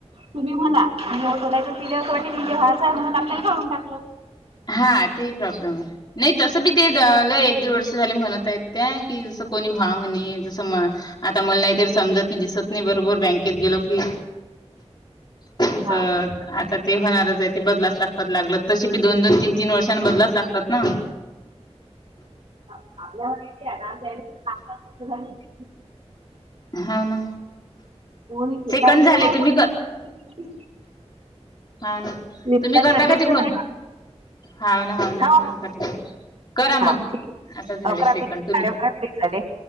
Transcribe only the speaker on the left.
हा ते प्रॉब्लेम आहे नाहीं तसं बी ते लंय एक दीड वर्षं झाले म्हणतं आहेत. त्या की जसं कोणी हांव म्हणे जसं म आता मलां की समजतं नाही दिसतं नाहीं बरोबर बँकेत गेलो की असं
आता ते होणारंच आहे ते बदलांस लागतं लागलं तशी बी दोन तीनं तीनं वर्षांनीं बदलाचं लागतांत नां
हा ना
सेकंड
झाले
तुम्ही
हा
तुम्ही करता
काय तिकडून
हावन हावन हाव.
करां
मंग
आता झाले
सेकंड
तुम्हीं